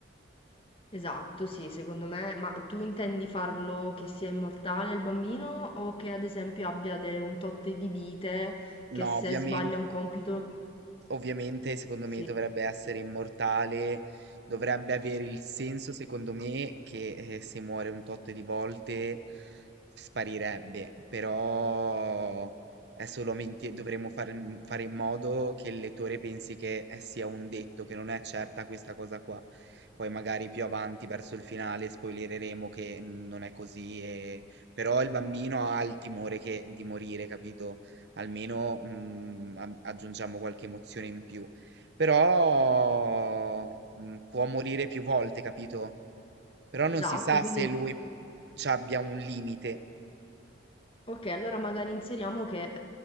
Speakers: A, on the left; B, on the right.
A: Esatto, sì, secondo me. Ma tu intendi farlo che sia immortale il bambino o che ad esempio abbia de- un tot di vite
B: No,
A: che se
B: ovviamente.
A: sbaglia un compito...
B: ovviamente secondo
A: Sì,
B: me dovrebbe essere immortale, dovrebbe avere il senso secondo me che eh, se muore un tot di volte sparirebbe, però è solamente dovremmo far- fare in modo che il lettore pensi che eh, sia un detto, che non è certa questa cosa qua. Poi magari più avanti verso il finale spoilereremo che mm, non è così, e- però il bambino ha il timore che- di morire, capito? almeno mm, am- aggiungiamo qualche emozione in più. Però mm, può morire più volte, capito? Però
A: esatto,
B: non si sa
A: quindi
B: se lui ci abbia un limite.
A: Ok, allora magari inseriamo che